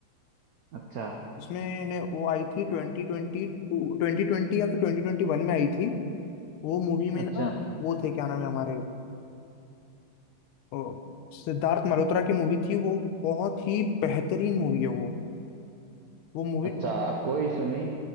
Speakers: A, on the right; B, on the left.
A: अच्छा
B: उसमें ने वो आई थी ट्वेंटी ट्वेंटी ट्वेंटी ट्वेंटी या फिर ट्वेंटी ट्वेंटी वन में आई थी वो मूवी
A: अच्छा
B: में ना वो थे क्या नाम है हमारे अ, सिद्धार्थ मल्होत्रा की मूवी थी वो बहुत ही बेहतरीन मूवी है वो वो मूवी
A: अच्छा
B: तो
A: आप कोई सुनी